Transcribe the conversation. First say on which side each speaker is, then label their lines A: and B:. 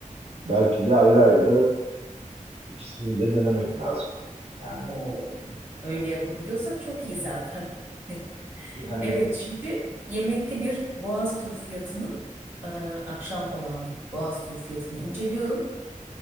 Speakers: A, on the right (about 50°); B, on the right (about 15°).
A: belki de ayrı ayrı ikisini de denemek lazım. Yani
B: O öyle yapabiliyorsak çok iyi zaten. <laughs>
A: yani
B: Evet, şimdi yemekli bir boğaz turu fiyatının e, akşam olan bir boğaz turu fiyatını inceliyorum.